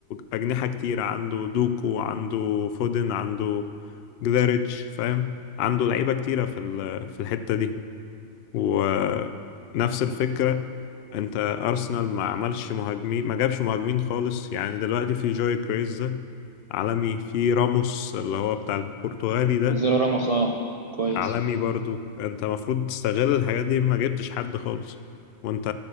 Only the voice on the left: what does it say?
أجنحة كتيرة عنده دوكو عنده فودن عنده جداريتش فاهم عنده لعيبة كتيرة في ال... في الحتة دي ونفس الفكرة انت أرسنال ما عملش مهاجمين ما جابش مهاجمين خالص يعني دلوقتي في جوي كريز ده عالمي في راموس اللي هو بتاع البرتغالي ده
عالمي برضو انت المفروض تستغل الحاجات دي ما جبتش حد خالص وانت